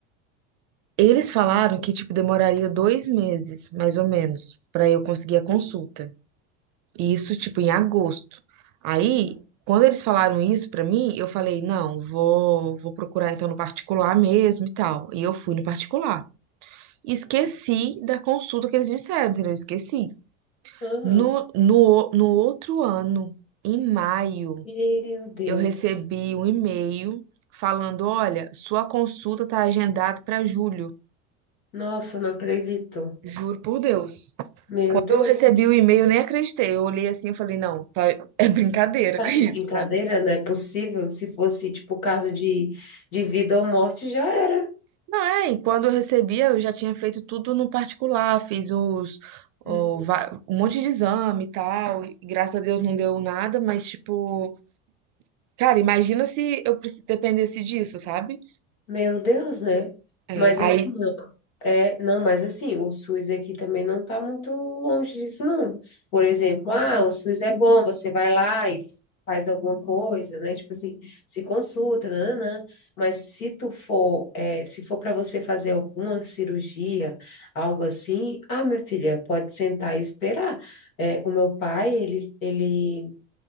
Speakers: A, on the right; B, on the left.
A: Eles falaram que, tipo, demoraria dois meses, mais ou menos, para eu conseguir a consulta.
B: sim.
A: Isso, tipo, em agosto. Aí,
B: Aham,
A: quando eles falaram isso pra mim, eu falei, não, vou, vou procurar então no particular mesmo e tal. E eu fui no particular. Esqueci
B: aham,
A: da consulta que eles disseram, entendeu? Esqueci.
B: aham.
A: No, no, no outro ano, em maio,
B: Meu Deus.
A: eu recebi um e-mail falando, olha, sua consulta tá agendada pra julho.
B: Nossa, não acredito.
A: Juro por Deus.
B: Meu
A: Quando
B: Deus,
A: eu recebi o e-mail, eu nem acreditei. Eu olhei assim e falei, não, tá- é brincadeira
B: tá
A: com
B: de
A: isso,
B: brincadeira,
A: sabe?
B: não é possível. Se fosse, tipo, caso de, de vida ou morte, já era.
A: Não, é, e quando eu recebia, eu já tinha feito tudo no particular, fiz os, o
B: Hum.
A: va- um monte de exame e tal, e graças a Deus não deu nada, mas tipo, cara, imagina se eu preci- dependesse disso, sabe?
B: Meu Deus, né?
A: É,
B: Mas
A: aí,
B: assim, É, não, mas assim, o SUS aqui também não está muito longe disso, não. Por exemplo, ah, o SUS é bom, você vai lá e faz alguma coisa, né? Tipo assim, se consulta, nananã. Mas se tu for, é, se for para você fazer alguma cirurgia, algo assim, ah, minha filha, pode sentar e esperar. É, o meu pai, ele, ele